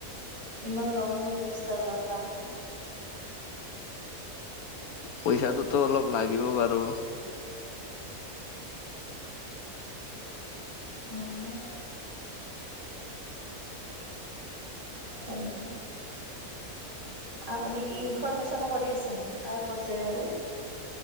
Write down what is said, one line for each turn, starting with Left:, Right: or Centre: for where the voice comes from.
Right: ইমান লং ৰাস্তা যোৱাৰ কাৰণে।
Left: পইচাটোতো অলপ লাগিব বাৰু।
Right: উম। হয় নেকি? আপুনি কি ইনফৰৰ্মেশ্যনো কৰি আছে নেকি কাই ক'ত যায় বোলে?